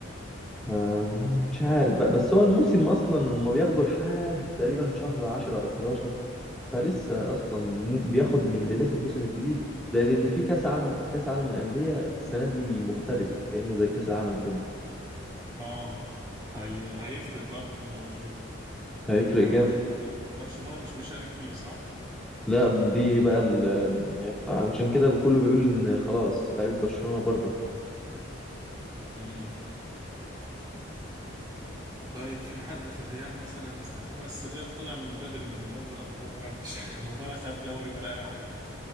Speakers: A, in the centre; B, on the right (about 20°).
A: آه، مش عارف بقى بس هو الموسم اصلا ما بياخدوا لحد تقريبا شهر 10 او 11 فلسه اصلا م- بياخد من بدايه الموسم الجديد زائد ان في كاس عالم كاس عالم للانديه السنه دي مختلف كانه زي كاس العالم كده
B: اه هي... هيفرق برضو في الموضوع
A: هيفرق
B: هو
A: جامد
B: برشلونه برشلونه مش مشارك فيه صح
A: لا دي بقى ال- يعني علشان كده كله بيقول ان خلاص لعيبه برشلونه بره
B: مم. طيب في حد في الريال مثلا يستحقها بس الريال طلع من بدري من دوري الأبطال يعني مش <laughs> ولا خد دوري ولا أي حاجة